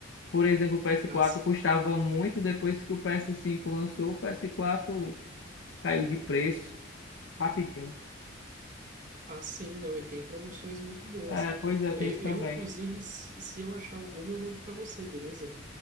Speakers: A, on the left; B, on the right.
A: Por exemplo, o PS4
B: Nossa.
A: custava muito, depois que o PS5 lançou, o PS4 caiu de preço rapidinho.
B: Ah, sim, não, e tem promoções muito boas.
A: É, pois é, tem
B: Eu,
A: isso também.
B: eu, inclusive, se, se eu achar alguma, eu mando para você, beleza?